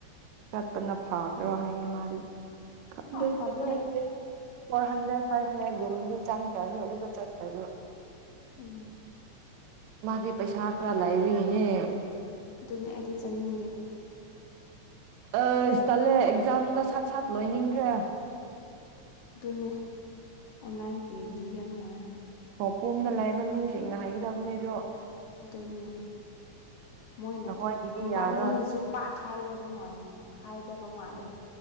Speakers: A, on the right; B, on the left.
A: ꯆꯠꯄꯅ ꯐꯕ꯭ꯔꯣ ꯍꯥꯏꯌꯦ ꯃꯥꯗꯤ ꯈꯪꯗꯦ
B: ꯑ ꯇꯜꯂꯦ
A: ꯆꯠꯅꯤꯡꯗꯦ ꯐꯣꯔ ꯍꯟꯗ꯭ꯔꯦꯠ ꯐꯥꯏꯚ ꯍꯟꯗꯔꯦ ꯔꯣꯝꯗꯤ ꯆꯪꯈ꯭ꯔꯅꯤ ꯑꯗꯨꯒ ꯆꯠꯈ꯭ꯔꯥꯅꯤ
B: ꯎꯝ
A: ꯃꯥꯗꯤ ꯄꯩꯁꯥ ꯈꯔ ꯂꯩꯥꯕꯒꯤꯅꯦ
B: ꯑꯗꯨꯅꯦ ꯑꯩꯗꯤ ꯆꯥꯅꯤꯡꯗꯦ
A: ꯑꯁ ꯇꯜꯂꯦ ꯑꯦꯛꯖꯥꯝꯗ ꯁꯠ ꯁꯠ ꯂꯣꯏꯅꯤꯡꯈ꯭ꯔꯦ
B: ꯑꯗꯨꯅꯦ ꯑꯣꯟꯂꯥꯏꯟ ꯄꯤꯗꯨꯗꯤ ꯌꯥꯝ ꯅꯨꯡꯉꯥꯏꯔꯅꯤ
A: ꯀꯣꯝꯅ ꯂꯥꯏꯕ ꯃꯤꯁꯤꯡꯅ ꯍꯥꯏꯒꯗꯕꯅꯦ ꯑꯗꯣ
B: ꯑꯗꯨꯅꯦ ꯃꯣꯏꯅꯠꯇ
A: ꯑꯩꯈꯣꯏꯒꯤꯗꯤ
B: ꯃꯕꯥꯟꯅꯤꯅꯁꯨ
A: ꯌꯥꯔꯣꯏ
B: ꯄꯥꯛ ꯍꯥꯏꯗꯕ ꯃꯥꯟ ꯍꯥꯏꯗꯕ ꯗ ꯃꯥꯜꯂꯦ